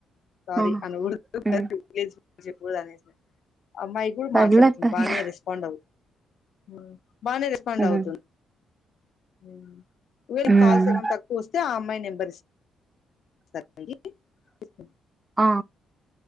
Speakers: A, on the left; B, on the right.
A: సారీ
B: ఆ
A: అన్న ఫ్లో
B: మ్మ్
A: లో అన్నేస్య అమ్మాయి కూడా
B: పర్లే
A: మాట్లాడుతుంది
B: పర్లే
A: బాగానే రెస్పాండ్ అవుతుంది ఆ బాగానే రెస్పాండ్
B: మ్మ్
A: అవుతుంది మ్మ్ వీడికి
B: మ్మ్
A: కాల్స్ ఏమన్నా తక్కువ వస్తే ఆ అమ్మాయిని నెబర్స్ <inaudible>
B: ఆ